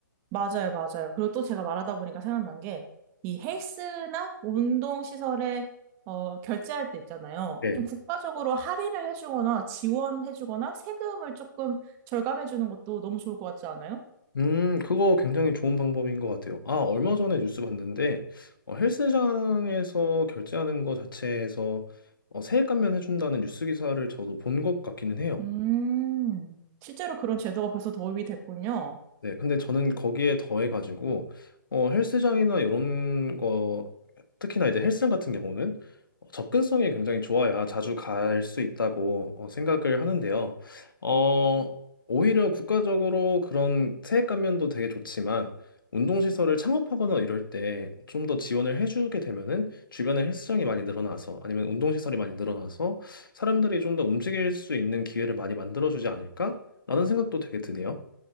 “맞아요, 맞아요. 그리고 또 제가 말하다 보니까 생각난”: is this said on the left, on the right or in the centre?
Right